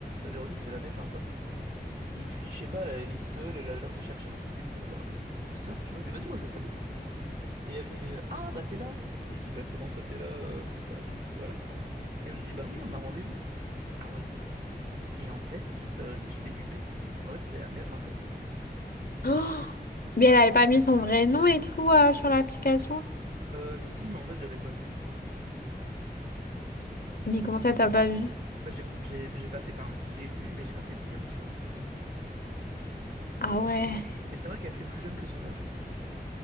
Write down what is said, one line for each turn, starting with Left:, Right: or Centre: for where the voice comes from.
Right: Euh, Véronique, c'est la mère d'un pote. Et puis, je sais pas, elle, elle est seule. Elle a l'air de chercher un truc. Bon, bah, bizarre, tu vois. Mais vas-y, moi, je la salue. Et elle fait, euh, ah, bah, t'es là. Et je dis, bah, comment ça, t'es là? euh, bah, te- voilà. quoi. Et elle me dit, bah oui, on a rendez-vous. Ah ouais. Et en fait, euh, je me suis fait duper. En fait, c'était la mère d'un pote.
Left: Oh, mais elle avait pas mis son vrai nom et tout euh, sur l'application.
Right: Euh, si, mais en fait, j'avais pas vu.
Left: Mais comment ça, t'as pas vu?
Right: Bah, j'ai j'ai- j'ai pas fait, enfin, j'ai vu, mais j'ai pas fait le lien, tu vois.
Left: Ah ouais.
Right: Mais c'est vrai qu'elle fait plus jeune que son âge.